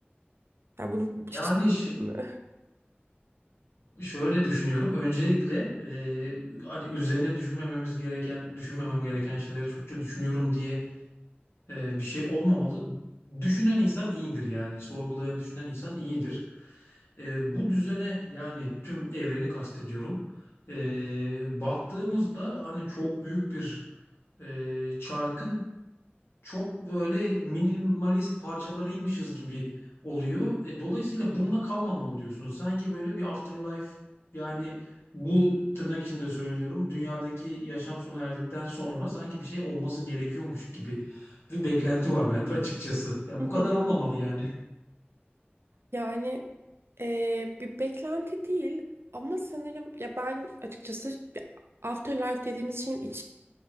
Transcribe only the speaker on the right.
Ya bunu hiç
mi?
Hı
hı.
Yani eee, bir beklenti değil ama sanırım ya ben açıkçası Afterlife dediğimiz şeyin